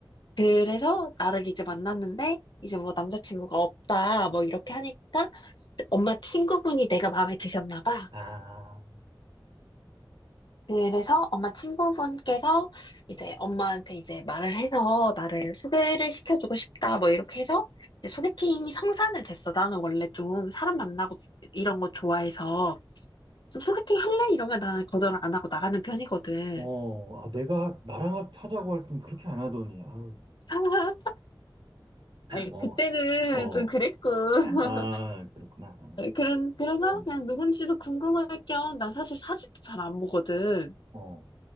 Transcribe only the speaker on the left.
그래서 나를 이제 만났는데 이제 뭐 남자친구가 없다 뭐 이렇게 하니까 엄마 친구분이 내가 마음에 드셨나 봐.
그래서 엄마 친구분께서 이제 엄마한테 이제 말을 해서 나를 소개를 시켜주고 싶다 뭐 이렇게 해서 이제 소개팅이 성사는 됐어. 나는 원래 좀 사람 만나고 이런 거 좋아해서 좀 소개팅 할래? 이러면 나는 거절을 안 하고 나가는 편이거든.
<laughs> 아니,
그때는
좀 그랬고. <laughs>
그런, 그래서
그냥 누군지도 궁금할 겸, 나 사실 사진도 잘 안 보거든.